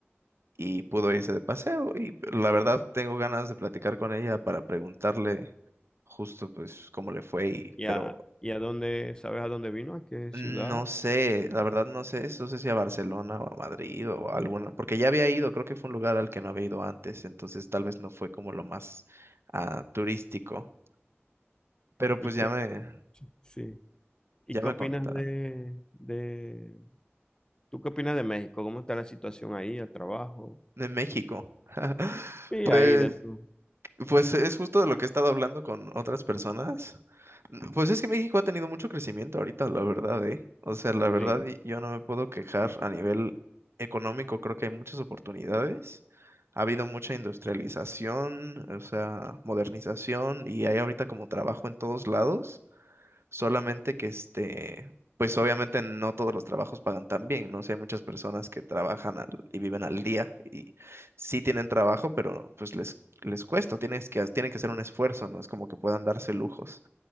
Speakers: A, on the right; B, on the left.
A: y pudo irse de paseo. Y la verdad tengo ganas de platicar con ella para preguntarle justo pues cómo le fue y,
B: ¿Y
A: pero
B: a, y a dónde, sabes a dónde vino? ¿A qué
A: no
B: ciudad?
A: sé, la verdad no sé, no sé si a Barcelona o a Madrid o a alguna, porque ya había ido, creo que fue un lugar al que no había ido antes, entonces tal vez no fue como lo más ah, turístico, pero
B: ¿Y
A: pues ya
B: qué, op-
A: me,
B: sí. ¿Y
A: ya
B: qué
A: me
B: opinas
A: contará.
B: de, de... ¿Tú qué opinas de México? ¿Cómo está la situación ahí, el trabajo?
A: De México. <laughs>
B: Sí,
A: Pues
B: ahí de tú
A: Pues es justo de lo que he estado hablando con otras personas. Mm, Pues es que México ha tenido mucho crecimiento ahorita, la verdad, ¿eh? O sea, la verdad,
B: Sí.
A: y- yo no me puedo quejar a nivel económico, creo que hay muchas oportunidades. Ha habido mucha industrialización, o sea, modernización, y hay ahorita como trabajo en todos lados. Solamente que este, pues obviamente no todos los trabajos pagan tan bien, ¿no? sé hay muchas personas que trabajan al- y viven al día y sí tienen trabajo, pero pues les, les cuesta, tienes que, tienen que hacer un esfuerzo, ¿no? Es como que puedan darse lujos.